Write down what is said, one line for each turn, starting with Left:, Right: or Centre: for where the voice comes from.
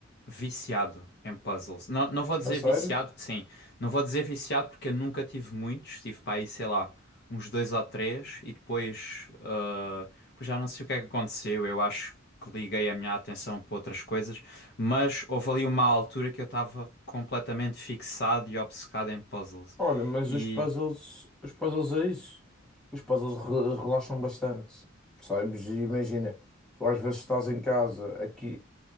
Left: viciado em puzzles. Não, não vou dizer
Centre: A sério?
Left: viciado, sim, não vou dizer viciado porque eu nunca tive muitos, tive para aí, sei lá, uns dois ou três e depois, ah, depois já não sei o que é que aconteceu, eu acho que liguei a minha atenção para outras coisas, mas houve ali uma altura que eu estava completamente fixado e obcecado em puzzles.
Centre: Olha, mas
Left: E,
Centre: os puzzles, os puzzles é isso. Os puzzles re- relaxam bastante, percebes? E imagina, tu às vezes estás em casa aqui